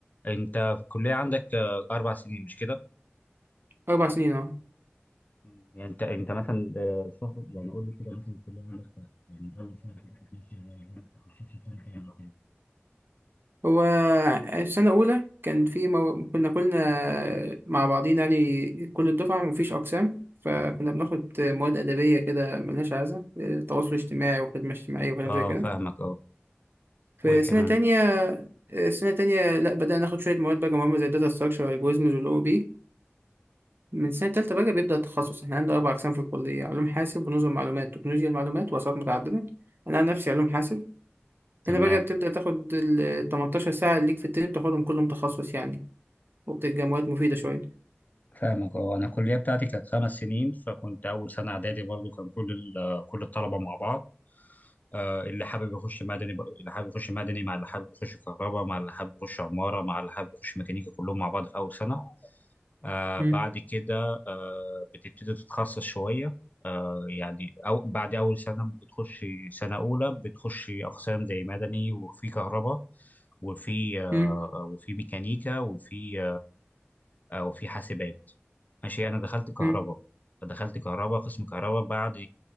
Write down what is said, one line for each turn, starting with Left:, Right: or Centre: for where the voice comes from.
Left: أنت في الكلية عندك آه، أربع سنين مش كده؟
Right: اربع سنين اه
Left: مم. يعني انت انت مثلا آه، شهر يعني قول لي كده مثلا الكليه عندك كانت- يعني من اول سنه كده كانت ماشيه ازاي وانت تخصصت فين كام وكده
Right: هو في سنه اولى كان في مو... كنا كلنا مع بعضينا يعني كل الدفعه مفيش اقسام فكنا بناخد مواد ادبيه كده ملهاش عايزه تواصل اجتماعي وخدمه اجتماعيه وكلام
Left: اه
Right: زي كده
Left: فاهمك اه
Right: في
Left: وايه كمان
Right: سنة تانية آه، سنة تانية لا بدأنا ناخد شوية مواد بقى مهمة زي داتا ستراكشر والجوريزمز والأو بي من سنة تالتة بقى بيبدأ التخصص احنا عندنا أربع أقسام في الكلية علوم حاسب ونظم معلومات تكنولوجيا المعلومات وأسعار متعددة أنا عن نفسي علوم حاسب
Left: تمام
Right: هنا بقى بتبدأ تاخد ال 18 ساعة اللي ليك في الترم تاخدهم كلهم تخصص يعني وبتبقى مواد مفيدة شوية
Left: فاهمك اه انا الكليه بتاعتي كانت خمس سنين فكنت اول سنه اعدادي برضو كان كل ال- كل الطلبه مع بعض آه، اللي حابب يخش مدني بق- اللي حابب يخش مدني مع اللي حابب يخش كهرباء مع اللي حابب يخش عماره مع اللي حابب يخش ميكانيكا كلهم مع بعض في اول سنه آه
Right: مم،
Left: بعد كده آه بتبتدي تتخصص شوية آه يعني أو بعد أول سنة بتخش سنة أولى بتخش أقسام زي مدني وفي كهرباء وفي آه
Right: مم،
Left: وفي ميكانيكا وفي آه وفي حاسبات ماشي أنا دخلت كهرباء
Right: مم،
Left: دخلت كهرباء قسم كهرباء بعد